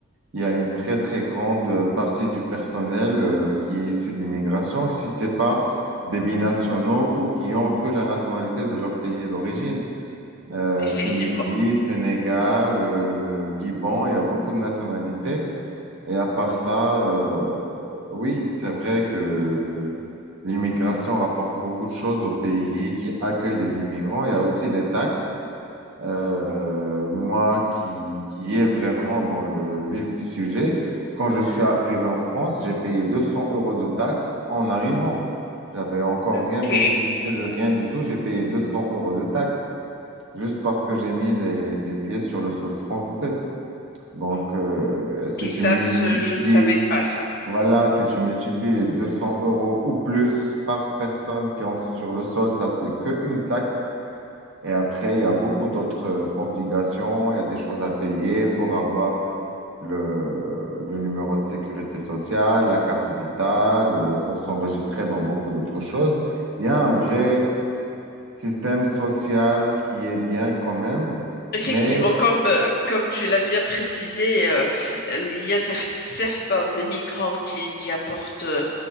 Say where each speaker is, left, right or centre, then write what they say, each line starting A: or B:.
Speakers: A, on the right; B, on the left.
A: il y a une très, très grande partie du personnel, euh, qui est issu de l'immigration, si ce n'est pas des binationaux ou qui ont que la nationalité de leur pays d'origine euh,
B: Effectivement.
A: Tunisie, Sénégal, euh, le, Liban, il y a beaucoup de nationalités. Et à part ça, euh, oui, c'est vrai que euh, l'immigration rapporte beaucoup de choses aux pays qui accueillent les immigrants. Il y a aussi les taxes. Euh, moi qui, qui est vraiment dans le vif du sujet, quand
B: Mhm.
A: je suis arrivé en France, j'ai payé 200 euros de taxes en arrivant. J'avais encore
B: Ok.
A: rien bénéficié de rien du tout, j'ai payé 200 euros de taxes juste parce que j'ai mis les, les pieds sur le sol français. Donc,
B: Ok,
A: euh,
B: ok,
A: si
B: ça,
A: tu multiplies,
B: ce- je ne savais pas ça.
A: voilà, si tu multiplies les 200 euros ou plus par personne qui entre sur le sol, ça, c'est que une taxe. Et après, il y a beaucoup d'autres euh, obligations, il y a des choses à payer pour avoir le, le numéro de sécurité sociale, la carte vitale, euh, pour s'enregistrer dans beaucoup d'autres choses. Il y a un vrai système social qui est bien quand même.
B: Effectivement,
A: Mais
B: comme, euh, comme tu l'as bien précisé, euh, euh, il y a cer- certains immigrants qui, qui apportent euh,